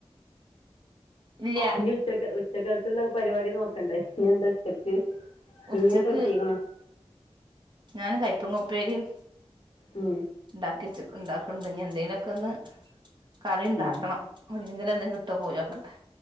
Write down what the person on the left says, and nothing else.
ഇനി ഉച്ചക്ക് ഉച്ചക്കക്ക്ള്ള പരിപാടി നോക്കണ്ടേ ഇനി എന്താ ഉച്ചക്ക് മീനൊക്കെ
കിട്ടീക്കണോ
ഉം
ഉം